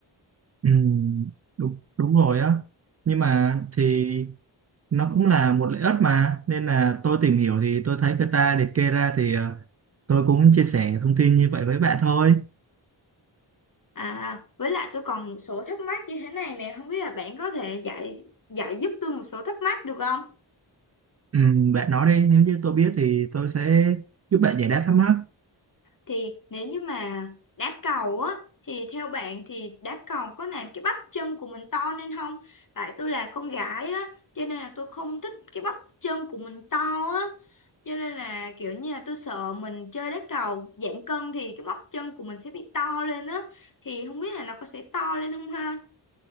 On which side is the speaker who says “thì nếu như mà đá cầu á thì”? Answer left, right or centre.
Left